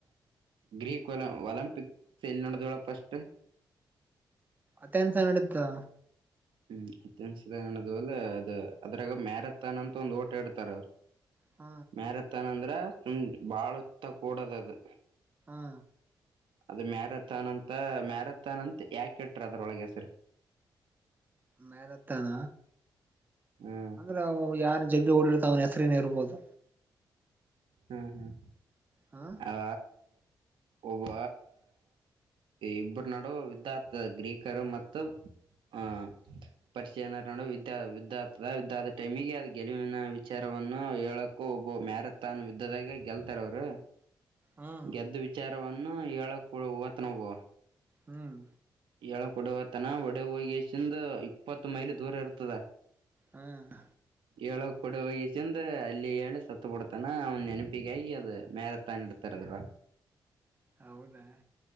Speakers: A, on the right (about 75°); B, on the right (about 20°).
A: ಗ್ರೀಕ್ ಒಲ ಒಲಂಪಿಕ್ ಸೈಲ್ ನೋಡ್ದಳ ಪಸ್ಟ್
B: ಅತ್ತನ್ಸಾನಡ್ತಾ
A: ಹ್ಮ್ ಇನ್ಸದವಲ್ಲ ಅದ ಅದ್ರಾಗ ಮ್ಯಾರಥಾನ್ ಅಂತ ಒಂದ್ ಓಟ ಇಡ್ತಾರ ಅವರು
B: ಹ
A: ಮ್ಯಾರಥಾನ್ ಅಂದ್ರೆ ಸುಮ್ ಬಾಳುತ್ತ ಕೂಡದ ಅದು.
B: ಹಾ.
A: ಅದು ಮ್ಯಾರಥಾನ್ ಅಂತ ಮ್ಯಾರಥಾನ್ ಅಂತ ಯಾಕಟ್ರ ಅದ್ರೊಳಗೆಸರಿ.
B: ಮ್ಯರಥಾನ.
A: ಹ್ಮ್
B: ಅಂದ್ರೆ ಯಾರ ಜಗ್ಗೆ ಓಡಿರ್ತಾವವ. ಅೇ ಇರ್ಬೋದು.
A: ಹ್ಮ್ ಹ್ಮ್.
B: ಹ
A: ಅ. ಒಬ್ಬ ಇಬ್ಬರು ನಡುವ ಯುದ್ಧ ಆಗ್ತದ ಗ್ರೀಕರು ಮತ್ತು ಆಹ ಪರ್ಷಿಯನರ್ ನಡುವಿದ್ಯ ಯುದ್ಧ ಆಗ್ತದ ಯುದ್ಧ ಆದ ಟೈಮಿಗೆ ಅದ್ ಗೆಲುವಿನ ವಿಚಾರವನ್ನು ಹೇಳಕ್ಕ ಒಬ್ಬ ಮ್ಯಾರ. ತಾನು ಇದ್ದದಾಗ ಗೆಲ್ತಾರ ಅವರು.
B: ಹ್ಮ್
A: ಗೆದ್ದು ವಿಚಾರ. ಹೇಳಕ್ ಕೂಡ ವತ್ ನೋವು.
B: ಹ್ಮ್.
A: ಎಕ್ ಕೊಡವತನ ಒಡೆ ಹೋಗಸಿಂದ ಇಪ್ಪತ್ತು ಮೈಲ್ ದೂರ ಇರ್ತದ.
B: ಹ್ಮ್.
A: ಏಳಕ್ ಕೂಡೆ ಹೋಗಿ ಚಿಂದ ಅಲ್ಲಿ ಹೇಳಿ ಸತ್ತು ಬಿಡ್ತಾನ ಅವನ್ ನೆನಪಿಗೆ ಆಗಿ ಅದು ಮ್ಯಾರಥಾನ್ ಇಡ್ತಾರದಲ್ವ.
B: ಹೌದಾ